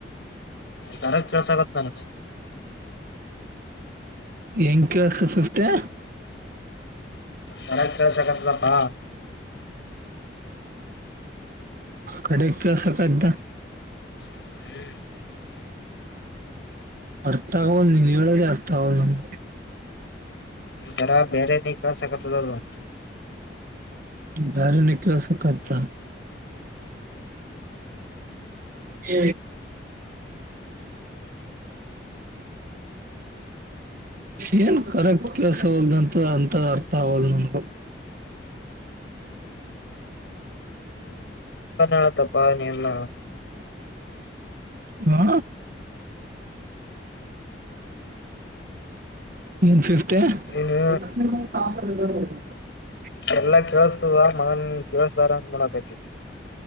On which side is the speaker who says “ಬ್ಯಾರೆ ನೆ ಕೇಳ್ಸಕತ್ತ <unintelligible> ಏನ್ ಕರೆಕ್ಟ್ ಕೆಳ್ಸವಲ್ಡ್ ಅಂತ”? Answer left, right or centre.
Right